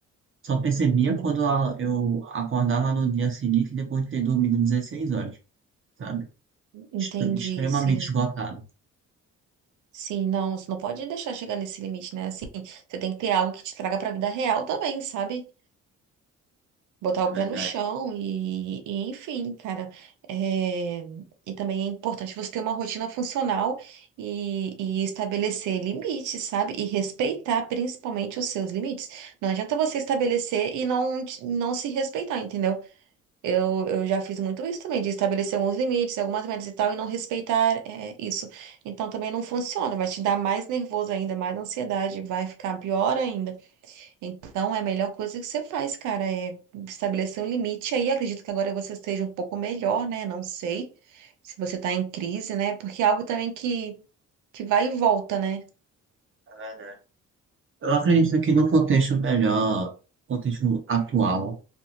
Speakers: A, on the right; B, on the right.
A: Só percebia
B: en-
A: quando a- eu acordava no dia seguinte, depois de ter dormido 16 horas, sabe?
B: entendi,
A: Estou extremamente
B: sim.
A: esgotado.
B: Sim, não, você não pode deixar chegar nesse limite, né? Assim, você tem que ter algo que te traga pra vida real também, sabe? botar
A: É
B: o
A: verdade,
B: pé no chão e, e enfim, cara. É, e também é importante você ter uma rotina funcional e, e estabelecer limites, sabe? E respeitar principalmente os seus limites. Não adianta você estabelecer e não, te- não se respeitar, entendeu? Eu, eu já fiz muito isso também, de estabelecer alguns limites, algumas metas e tal, e não respeitar, é, isso. Então também não funciona, vai te dar mais nervoso ainda, mais ansiedade, vai ficar pior ainda. Então, é a melhor coisa que você faz, cara, é estabelecer um limite aí. Acredito que agora você esteja um pouco melhor, né? Não sei se você tá em crise, né? Porque é algo também que, que vai e volta, né?
A: é verdade. Eu acredito que no contexto melhor, contexto atual,